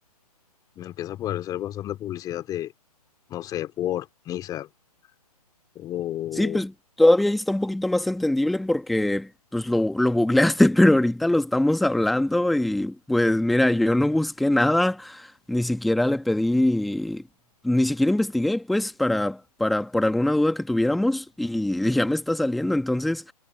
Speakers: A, on the left (about 20°); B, in the centre.
A: me empieza a aparecer bastante publicidad de, no sé, Ford, Nissan o...
B: Sí, pues todavía ahí está un poquito más entendible porque pues lo, lo googleaste, <laughs> pero ahorita lo estamos hablando y pues mira, yo no busqué nada, ni siquiera le pedí, ni siquiera investigué pues para, para, por alguna duda que tuviéramos y <laughs> ya me está saliendo, entonces